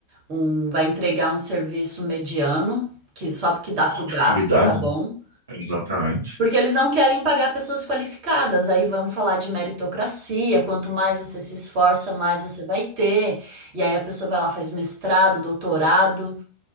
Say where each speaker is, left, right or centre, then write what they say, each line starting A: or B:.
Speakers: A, on the right; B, on the right.
A: um vai entregar um serviço mediano, que só que dá para
B: Ou
A: o
B: de
A: gasto,
B: qualidade,
A: tá bom?
B: né? Exatamente.
A: Porque eles não querem pagar pessoas qualificadas. Aí vamos falar de meritocracia. Quanto mais você se esforça, mais você vai ter. E aí a pessoa vai lá, faz mestrado, doutorado.